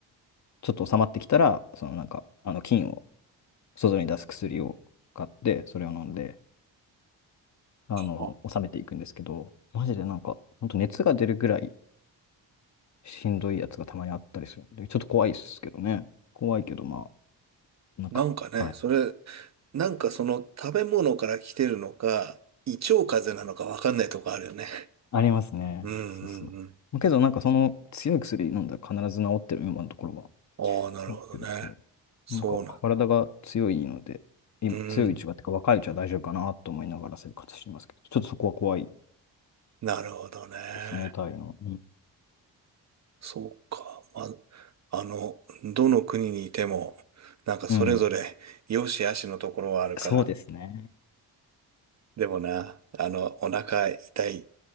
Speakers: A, on the left; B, on the right.
A: ちょっと収まってきたら、そのなんか、あの、菌を外に出す薬を買って、それを飲んで、あの、
B: あ
A: 収めていくんですけど、マジでなんか、ほんと熱が出るぐらいしんどいやつがたまにあったりするんで、ちょっと怖いですけどね。怖いけど、まあ、なんか、
B: なんかね、
A: はい。
B: それ、なんかその食べ物から来てるのか、胃腸風邪なのかわかんないとこあるよね。
A: ありますね。
B: うんうんうん。
A: そうそう。けど、なんかその強い薬飲んだら必ず治ってる、今のところは。
B: ああ、なるほどね。
A: 治ってるんで、
B: そうなん。
A: なんか体が強いので、今強いうちは、
B: うん。
A: ってか若いうちは大丈夫かなと思いながら生活してますけど、ちょっとそこは怖い
B: なるほどね。
A: ですね、タイの。うん。
B: そうか。まあ、あの、どの国にいても、なんかそれぞれ良し悪しのところはあるから。
A: うんそうですね。
B: でもな、あの、お腹痛い、